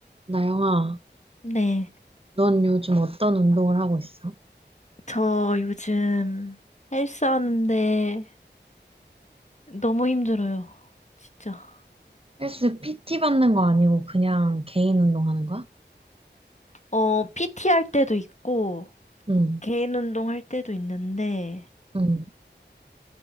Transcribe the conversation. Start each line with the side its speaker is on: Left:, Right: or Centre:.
Right: 나영아,
Left: 네,
Right: 넌 요즘 어떤 운동을 하고 있어?
Left: 저 요즘 헬스 하는데 너무 힘들어요. 진짜.
Right: 헬스 PT 받는 거 아니고 그냥 개인 운동하는 거야?
Left: 어, PT 할 때도 있고,
Right: 응,
Left: 개인 운동 할 때도 있는데,
Right: 응,